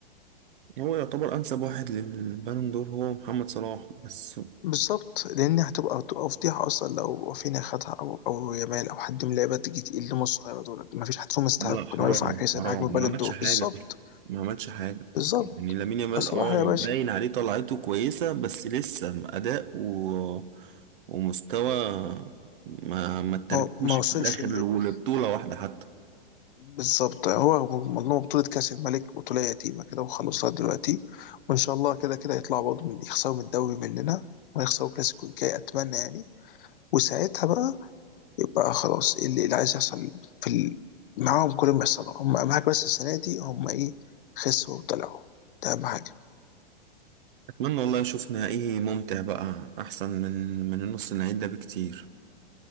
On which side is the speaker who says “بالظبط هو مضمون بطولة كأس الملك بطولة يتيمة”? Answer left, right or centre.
Left